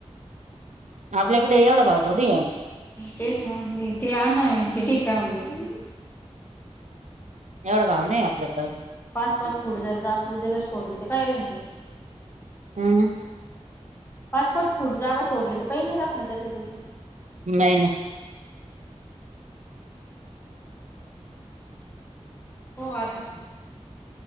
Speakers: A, on the right; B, on the left.
A: आपल्याकडे एवढा भाव थोडी आहे.
B: तेच ना ते अणु आई सिटी काय म्हणती
A: एवढा भाव नाही आपल्याकडं,
B: पाच पाच फूट जर जागा उद्या जर सोडली तर काय राहिलं ते.
A: <unintelligible>
B: पाच पाच फूट जागा सोडली तर काही नाही राहत ना त्याच्यातुन
A: नाही
B: हो आता
A: ह